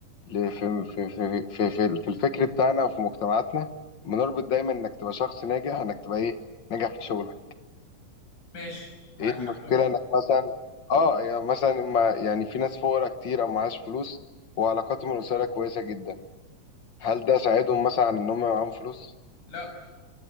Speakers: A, on the left; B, on the left.
A: ليه في في في في في, في الفكر بتاعنا وفي مجتمعاتنا بنربط دايما انك تبقى شخص ناجح انك تبقى ايه ناجح في شغلك
B: ماشي معاك
A: ايه المشكله
B: حق برضه
A: انك مثلا اه يعني مثلا ما يعني في ناس فقراء كتير او معاش فلوس وعلاقاتهم الاسريه كويسه جدا هل ده ساعدهم مثلا عن ان هم معاهم فلوس
B: لا